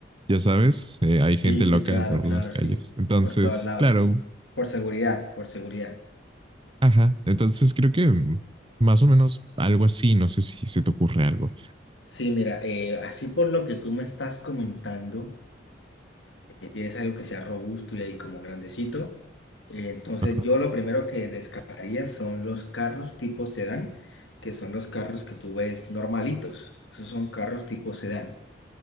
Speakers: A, on the right; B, on the left.
A: ya sabes, eh, hay gente
B: Sí, sí,
A: loca
B: claro,
A: por
B: claro,
A: las calles.
B: sí.
A: Entonces,
B: Por todos lados,
A: claro,
B: sí. Por seguridad, por seguridad.
A: ajá. Entonces creo que mm, más o menos algo así, no sé si se te ocurre algo.
B: Sí, mira, eh, así por lo que tú me estás comentando, quieres algo que sea robusto y ahí como grandecito. eh, entonces,
A: Ajá.
B: yo lo primero que descartaría son los carros tipo sedán, que son los carros que tú ves normalitos. Esos son carros tipo sedán.